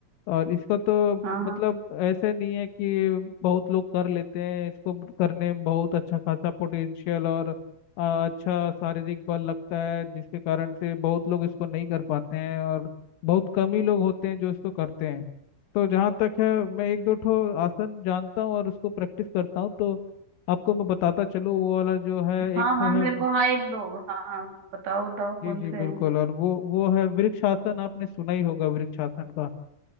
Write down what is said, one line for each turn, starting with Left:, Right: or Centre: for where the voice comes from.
Left: और इसको तो
Right: हाँ हाँ
Left: मतलब ऐसे नहीं है कि बहुत लोग कर लेते हैं इसको करने में बहुत अच्छा खासा पोटेंशियल और आ, अच्छा शारीरिक बल लगता है जिसके कारण से बहुत लोग इसको नहीं कर पाते हैं और बहुत कम ही लोग होते हैं जो इसको करते हैं तो जहाँ तक है मैं एक दो ठो आसन जानता हूँ और उसको प्रैक्टिस करता हूँ तो आपको मैं बताता चलूँ वो वाला जो है
Right: हाँ
Left: एक
Right: हाँ
Left: तो है
Right: मेरे को हाँ एक दो हाँ हाँ बताओ बताओ
Left: जी
Right: कौन
Left: जी
Right: से
Left: बिल्कुल
Right: हैं
Left: और वो वो है वृक्षासन आपने सुना ही होगा वृक्षासन का